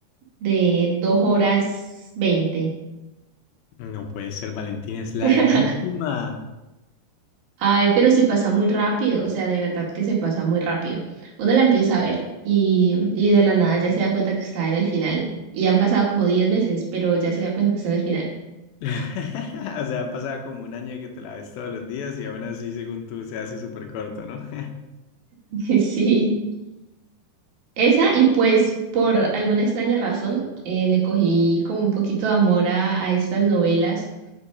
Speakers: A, on the right (about 70°); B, on the left (about 75°).
A: de 2 horas 20.
B: no puede ser, Valentina, es
A: <laughs>
B: larguísima.
A: Ay, pero se pasa muy rápido, o sea, de verdad que se pasa muy rápido. Uno la empieza a ver y, y de la nada ya se da cuenta que está en el final. Y han pasado como 10 meses, pero ya se da cuenta que está en el final.
B: <laughs> O sea, han pasado como un año de que te la ves todos los días y aún así, según tú, se hace súper corto, ¿no? <laughs>
A: <laughs> Sí. Esa, y pues por alguna extraña razón, eh, le cogí como un poquito de amor a, a estas novelas